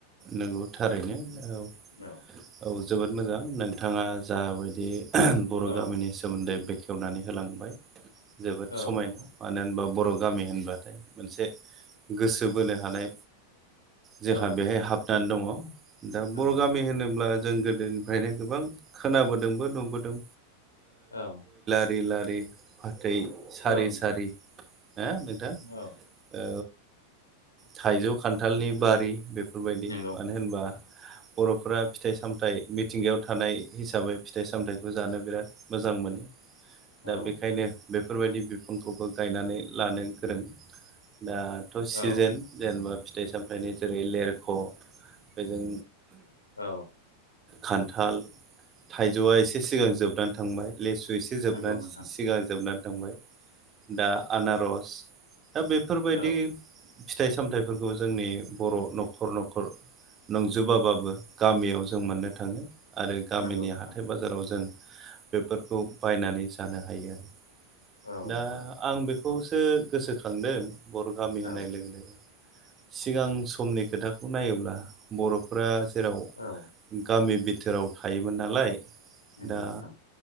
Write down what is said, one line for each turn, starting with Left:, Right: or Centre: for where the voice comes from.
Right: नंगौ थारैनो औ।
Left: औ
Right: औ जोबोद मोजां नोंथाङा जाबायदि बर'
Left: औ
Right: गामिनि सोमोन्दै बेखेवनानै होलांबाय। जोबोद
Left: औ
Right: समायना
Left: नोंथां
Right: मानो होनबा बर' गामि होनबाथाय मोनसे गोसो बोनो हानाय जोंहा
Left: औ
Right: बेहाय हाब नानै दङ दा
Left: नंगौ
Right: बर' गामि
Left: नोंथां
Right: होनोब्ला जों गोदोनिफ्रायनो गोबां खोनाबोदोंबो नुबोदों।
Left: औ।
Right: दै लारि लारि फाथै सारि
Left: औ नोंथां
Right: सारि ना नोंथां
Left: औ
Right: औ। थाइजौ खान्थालनि बारि बेफोरबायदि
Left: नंगौ
Right: मानो होनबा
Left: <inaudible>
Right: बर'फोरा फिथाइ सामथाइ मिथिंगायाव थानाय हिसाबै फिथाइ सामथाइखौ जानो बिराद मोजां मोनो। दा
Left: औ
Right: बेखायनो बेफोरबायदि बिफांखौबो गायनानै लानो गोरों। दाथ' सिजेन
Left: औ
Right: जेनेबा फिथाइ सामथाइनि जेरै लेरख' बेजों
Left: औ।
Right: खान्थाल थाइजौआ एसे सिगां जोबनानै थांबाय। लेसु एसे जोबनानै
Left: नंगौ नोंथां
Right: सिगां जोबनानै थांबाय दा आनारस दा बेफोरबायदि
Left: औ
Right: फिथाइ सामथाइफोरखौ जोंनि बर' न'खर न'खर नंजोबाबाबो गामियाव जों मोननो थाङो आरो गामिनि
Left: नंगौ नोंथां
Right: हाथाय बाजाराव जों बेफोरखौ बायनानै जानो हायो आरो
Left: औ
Right: दा
Left: नोंथां
Right: आं बे खौसो गोसोखांदों बर' गामि होननाय
Left: औ
Right: लोगो लोगो सिगां समनि खोथाखौ नायोब्ला बर'फोरा राव
Left: औ
Right: गामि बिथोराव थायोमोन नालाय
Left: नगौ
Right: दा
Left: नोंथां।